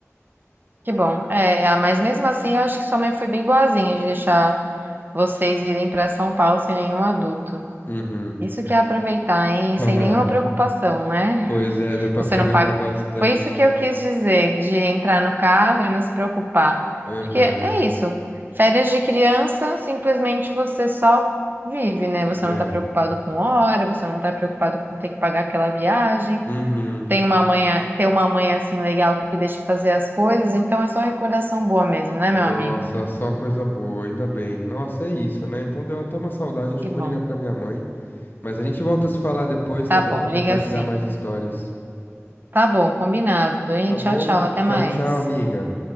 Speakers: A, on the right; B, on the left.
A: Que bom. É, ah, mas mesmo assim, eu acho que sua mãe foi bem boazinha de deixar vocês irem pra São Paulo sem nenhum adulto.
B: Uhum.
A: Isso que é aproveitar, hein?
B: <laughs>
A: Sem nenhuma preocupação, né?
B: Pois é, deu pra
A: Você
B: aproveitar
A: não paga.
B: bastante.
A: Foi isso que eu quis dizer, de entrar no carro e não se preocupar.
B: Aham.
A: Porque é isso. Férias de criança, simplesmente você só vive, né? Você
B: É.
A: não tá preocupado com hora, você não tá preocupado com ter que pagar aquela viagem.
B: Uhum.
A: Tem uma mãe, ter uma mãe assim legal que deixa fazer as coisas, então é só recordação boa mesmo, né, meu
B: Nossa,
A: amigo?
B: só coisa boa, ainda bem. Nossa, é isso, né? Então deu até uma saudade, acho
A: Que
B: que
A: bom.
B: eu vou ligar pra minha mãe. Mas a gente volta a se falar depois,
A: Tá
B: tá bom?
A: bom,
B: Pra
A: liga
B: compartilhar
A: assim.
B: mais histórias.
A: Tá bom, combinado, hein?
B: Tá bom?
A: Tchau, tchau, até
B: Tchau,
A: mais.
B: tchau, amiga.